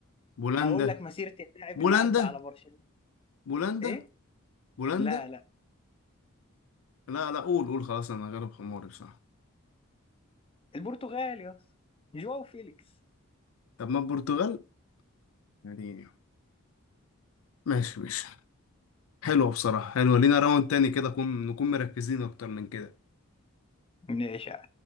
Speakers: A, on the left; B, on the left.
A: بولندا
B: اقول لك مسيرة اللاعب
A: بولندا
B: اللي عدى على برشلونة
A: بولندا
B: ايه
A: بولندا
B: لا لا
A: لا لا قول قول خلاص انا غلب حماري بصراحة
B: البرتغال يا اسطى جواو فيليكس
A: طب ما البرتغال يعني ماشي ماشي حلوة بصراحة حلوة لينا راوند تاني كده نكون نكون مركزين اكتر من كده
B: نعشة